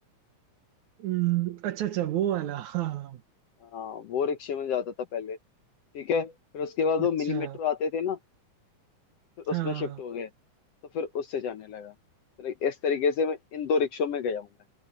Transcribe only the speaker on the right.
हम्म, अच्छा अच्छा वो वाला हाँ
अच्छा
हाँ